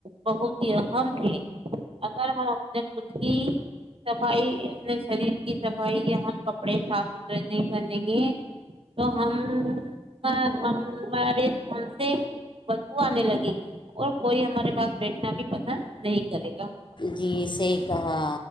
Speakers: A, on the right; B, on the left.
A: بہت ہی اہم ہے اگر ہم اپنے خود کی صفائی اپنے شریر کی صف <unintelligible> بھائی یہ ہم کپڑے صاف ستھرے نہیں پہنیں گے تو ہم ہمارے ہم سے بدو آنے لگے گی اور کوئی ہمارے پاس بیٹھنا بھی پسند نہیں کرے گا <inaudible>
B: جی صحیح کہا